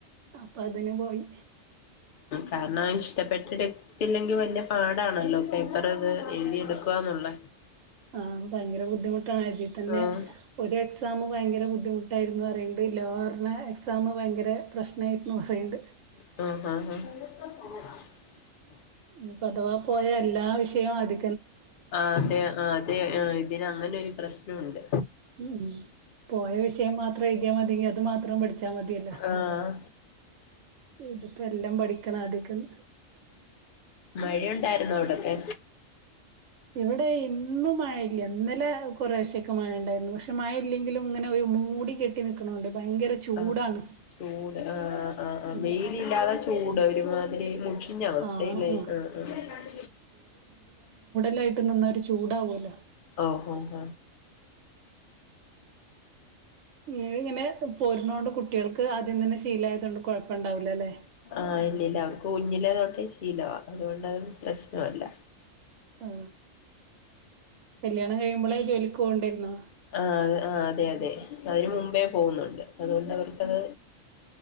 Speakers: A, on the right; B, on the left.
A: അപ്പൊ അതിന് പോയി
B: കാരണം അവ ഇഷ്ടപ്പെട്ട് എട് ത്തില്ലെങ്കി വലിയ പാടാണല്ലോ പേപ്പർ അത് എഴുതി എടുക്കവാന്നുള്ള
A: ആ ഭയങ്കര ബുദ്ധിമുട്ടാണ് അതിൽ തന്നെ
B: ആഹ്
A: ഒരു എക്സാമും ഭയങ്കര ബുദ്ധിമുട്ടായിരുന്നു പറയുന്നുണ്ട് ലോവറിന് എക്സാം ഭയങ്കര പ്രശ്നമായിന്ന് പറയുന്നുണ്ട്
B: ആഹ ഹഹ ഹ
A: ഇനിപ്പ അഥവാ പോയ എല്ലാ വിഷ യം അത്
B: ആ അതെ അതെ ഇതിന് അങ്ങനെ ഒരു പ്രശ് പ്രശ്നമുണ്ട്
A: ഉം പോയ വിഷയം മാത്രം എഴുതിയാൽ മതിങ്കി അത് മാത്രം പടിച്ചാ മതിയല്ലോ.
B: ആഹ്
A: ഇതിപ്പോ എല്ലാം പഠിക്കണ ആദിക്കന്ന്
B: മഴയുണ്ടായിരുന്നോ അവിടൊക്കെ
A: ഇവിടെ ഇന്നും മഴയില്ല ഇന്നലെ കൊറഴ്ശൊക്കെ മഴ ഉണ്ടായിരുന്നു. പക്ഷെ മഴ ഇല്ലെങ്കിലും ഇങ്ങനെ ഒരു മൂടി കെട്ടി നിക്കണോണ്ട്, ഭയങ്കര ചൂടാണ്
B: ആ ചൂട് ആ ആ്
A: ഉം
B: വെയില് ഇല്ലാതെ ചൂട് ഒരുമാ തിരി മു ഞ്ഞ അവസ്ഥയില്ലേ
A: ആഹ് ആഹ്
B: ആ ആ
A: ടായിട്ട് നിന്നരു ചൂടാവൂലോ.
B: ഓ ഹഹ
A: ഇങ്ങ ഇങ്ങനെ പൊരനോണ്ട് കുട്ട ട്ടികൾക്ക് അദ്യം തന്ന ശീലായതോണ്ട് കുഴ ണ്ടാവൂല്ലല്ലേ
B: ആഹ് ഇല്ലില്ല അവർക്ക് കുഞ്ഞിലെതൊട്ടെ ശീ ലവ അതോ ണ്ടത് പ്രശ്നല്ല
A: ആ കല്യാണം കഴിയുമ്പോളെ ജോലിക്ക പോണ്ടെരുന്ന
B: ആഹ് ആഹ് അതെ അതെ അതിന് മുമ്പേ പോകുന്നുണ്ട് അതുകൊണ്ട് അവർക്കത്